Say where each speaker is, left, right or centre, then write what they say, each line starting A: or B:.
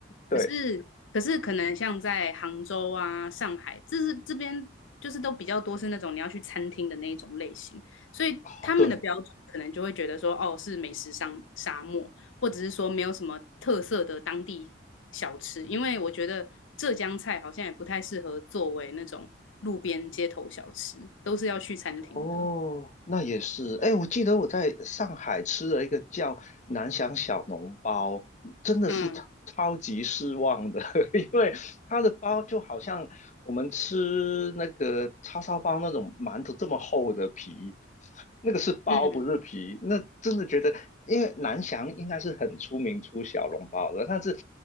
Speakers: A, on the left (about 40°); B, on the left (about 85°).
A: 对。
B: 可是可是可能像在杭州啊、上海，这是这边就是都比较多是那种你要去餐厅的那一种类型，所以他们的标准可能就会觉得说，
A: 哦，对，
B: 哦，是美食沙沙漠，或者是说没有什么特色的当地小吃，因为我觉得浙江菜好像也不太适合作为那种路边街头小吃，都是要去餐厅的。
A: 哦，那也是。哎，我记得我在上海吃了一个叫南翔小笼包，真的是超超级失望的，
B: 嗯
A: <laughs> 因为它的包就好像我们吃那个叉烧包那种馒头这么厚的皮，那个是包不是皮。
B: 嗯，
A: 那真的觉得，因为南翔应该是很出名出小笼包的，但是